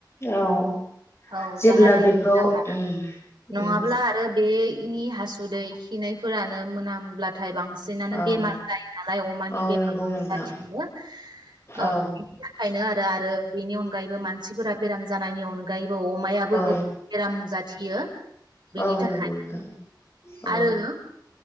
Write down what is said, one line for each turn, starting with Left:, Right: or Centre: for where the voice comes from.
Left: औ
Right: औ
Left: जेब्ला
Right: जाहाथे
Left: बेखौ
Right: <unintelligible>
Left: उम
Right: नङाब्ला
Left: उम
Right: आरो बे। इनि हासुदै खिनायफोरानो मोनामब्लाथाय बां सिनानो बेमार
Left: ओं
Right: जायो नालाय अमानि
Left: औ
Right: बेमार
Left: नंगौ नोंथां
Right: जाथिंबो ओ
Left: औ
Right: बेनि थाखायनो आरो। ओ बेनि अनगायैबो मानसिफोरा। बेराम जानायनि अनगायैबो अमायाबो
Left: औ
Right: गोब बेराम जाथियो बेनि
Left: औ
Right: थाखाय
Left: नंगौ नोंथां औ
Right: आरो।